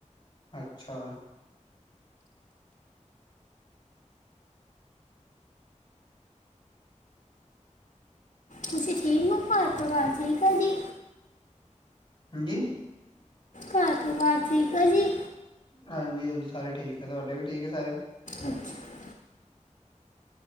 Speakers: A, on the left (about 35°); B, on the left (about 60°).
A: ਅੱਛਾ।
B: ਤੁਸੀ ਠੀਕ ਓ ਘਰ ਪਰਿਵਾਰ ਠੀਕ ਐ ਜੀ।
A: ਹਾਂਜੀ
B: ਘਰ ਪਰਿਵਾਰ ਠੀਕ ਆ ਜੀ।
A: ਹਾਂਜੀ- ਹਾਂਜੀ ਸਾਰੇ ਠੀਕ ਐ ਤੁਆਡੇ ਵੀ ਠੀਕ ਐ ਸਾਰੇ।
B: ਅੱਛਾ